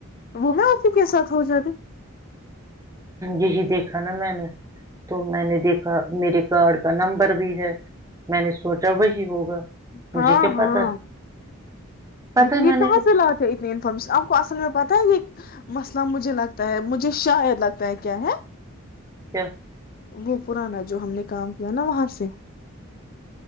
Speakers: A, on the left; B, on the right.
A: وہ میں آپ کے کے ساتھ ہو جاتی <unintelligible>
B: یہی دیکھا نا میں نے تو میں نے دیکھا میرے کارڈ کا نمبر بھی ہے میں نے سوچا وہی ہوگا <unintelligible>
A: ہاں
B: مجھے کیا
A: ہاں
B: پتا ہے
A: <unintelligible>
B: پتا
A: لیکن
B: ہے
A: یہ
B: میں نے
A: کہاں
B: رخ
A: سے لاات ہے اتنی انفارمیشن آپ کو اصل میں پتہ ہے یہ <unintelligible> مسئلہ مجھے لگتا ہے مجھے شاید لگتا ہے کیا ہے <unintelligible>
B: ا <inaudible>
A: وہ پرانا جو ہم نے کام کیا نا وہاں سے